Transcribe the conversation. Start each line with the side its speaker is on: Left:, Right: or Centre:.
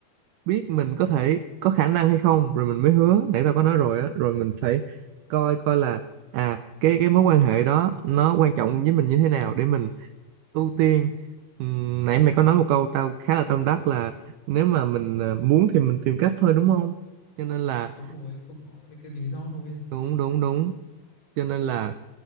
Right: biết mình có thể có khả năng hay không rồi mình mới hứa để tao có nói rồi á rồi mình phải coi coi là à cái cái mối quan hệ đó nó quan trọng với mình như thế nào để mình ưu tiên Ừm, nãy mày có nói một câu tao khá là tâm đắc là nếu mà mình ờ, muốn thì mình tìm cách thôi đúng không cho nên là
Left: đúng rồi không có thì mới kêu lý do thôi
Right: đúng đúng đúng cho nên là